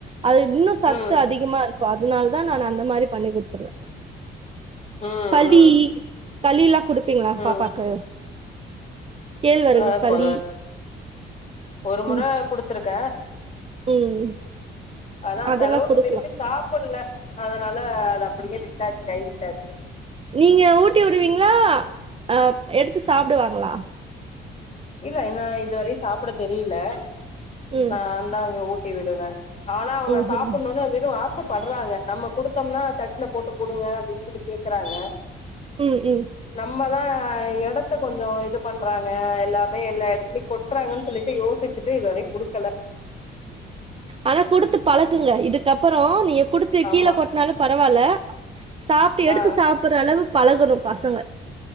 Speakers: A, on the right; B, on the left.
A: அது இன்னு சத்து
B: ம்
A: அதிகமா இருக்கு அது அதுனாலதா நா அந்த மாதிரி பண்ணி கொடுத்துருவே
B: ம்
A: கலி
B: ம்
A: கலில்லா குடுப்பீங்ளா
B: ம்
A: பாப்பாக்கு கேழ்வரகு
B: ஆ இப்ப
A: களி
B: ஒரு மொற
A: ம்
B: கொடுத்திருக்க
A: ம்
B: ஆனா அந்த
A: அதெல்லா
B: அளவுக்கு
A: குடுக்கலா
B: விரும்பி சாப்பட்ல அதனால அது அப்படியே விட்டாச்சு கை விட்டாச்சு
A: நீங்க ஊட்டி விடுவீங்களா அ எடுத்து சாப்டுவாங்களா
B: இல்ல இன்னு இதுவரையு சாப்பிட தெரியல
A: ம்
B: நான்ந்தாங்க ஊட்டி விடுவே ஆனா அவங்க
A: ம்
B: சாப்டணும்னு
A: ம்
B: வெறு ஆசப் பட்றாங்க நம்ம கொடுத்தோம்னா தட்டுல போட்டு கொடுங்க அப்டின்னு சொல்லி கேக்குறாங்க
A: ம் ம்
B: நம்மதா எடத்த கொஞ்ச இது பண்றாங்க எல்லா எல்லா இடத்துலயையு கொட்டுறாங்கன்னு சொல்லிட்டு யோசிச்சிட்டு இதுவரையு குடுக்கல
A: ஆனா குடுத்து பழக்குங்க இதுக்கப்பறோ நீங்க குடுத்து
B: ஆமா
A: கீழ கொட்னாலு பரவால்ல சாப்டு எடுத்து
B: ஆ
A: சாப்பற அளவு பழகணு பசங்க